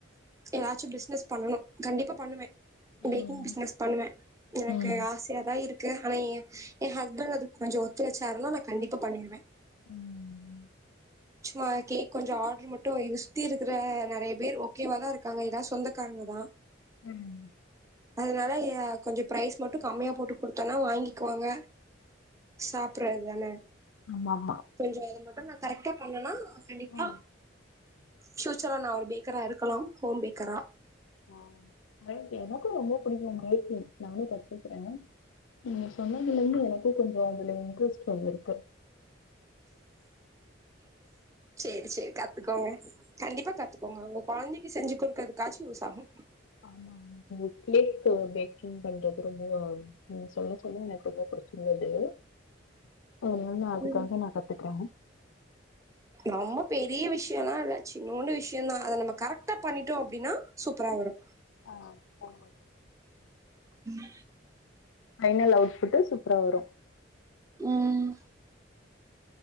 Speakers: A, on the right; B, on the left.
A: எதாச்சு பிஸ்னஸ் பண்ணனு கண்டிப்பா பண்ணுவே பேக்கிங்
B: ம்
A: பிஸ்னஸ் பண்ணுவே எனக்கு
B: ம்
A: ஆசையாதா இரு க்கு ஆனா ஏ எ ஹஸ்பண்ட் அதுக் கொஞ்சொ ஒத்துழச்சாருனா நா கண்டிப்பா பண்ணிருவே
B: ம்
A: சும்மா கேக் கொஞ்ச ஆர்டர் மட்டு இங்க சுத்தி இருக்குற நெறைய பேர் ஓகேவாதா இருக்காங்க எல்லா சொந்தக்காரங்க தா
B: ம்
A: அதுனால எ கொஞ்ச ப்ரைஸ் மட்டு கம்மியா போட்டு குடுத்தோன்னா வாங்கிக்குவாங்க சாப்புறதுக்தான
B: ஆமாமா
A: கொஞ்சொ அத மட் டு நா கரெக்டா பண்ணனா கண்டிப்பா
B: ம்
A: ஃபியூச்சர்ல நா ஒரு பேக்கரா இருக்கனும் ஹோம் பேக்கரா
B: ம் எனக்கு ரொம்ப புடிக்கு பேக்கிங் நானு‌ கத்துக்குறே நீங்க சொன்னதுலேந்து எனக்கு கொஞ்சொ அதுல இன்ட்ரெஸ்ட் வந்துருக்கு
A: சேரி சேரி கத் துக்கோங்க கண்டிப்பா கத்துக்கோங்க உங்க கொழந்தைக் கு செஞ்சு குடுக்றதுகாச்சு யூஸ் ஆகு
B: ஆமா ஆமா உங்க கேக்கு பேக்கிங் பண்றது ரொம்ப நீங்க சொல்ல சொல்ல எனக்கு ரொம்ப புடிச்சிருந்தது ஒன்னு நா அதுக்காக
A: ம்
B: நா கத்துக்றே
A: ரொம்ப பெரிய விஷயொல்லா இல்ல சின்னோண்டு விஷ்யந்தா அத நம்ம கரெக்டா பண்ணிட்டோ அப்டின்னா சூப்பரா வரு
B: ஆ ஆமா
A: ம்
B: பைனல் அவுட்புட்டு சூப்பரா வரு
A: ம்